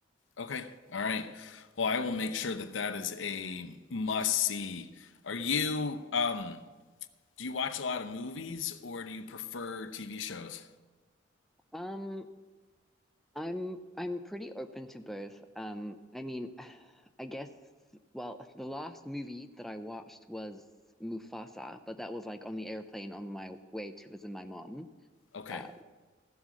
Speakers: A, on the left; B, in the centre.
A: Okay. All right. Well, I will make sure that that is a must see. Are you, um, do you watch a lot of movies or do you prefer TV shows?
B: Um, I'm I'm pretty open to both. Um, I mean, <sighs> I guess well, the last movie that I watched was Mufasa, but that was like on the airplane on my way to visit my mom.
A: Okay.
B: Uh,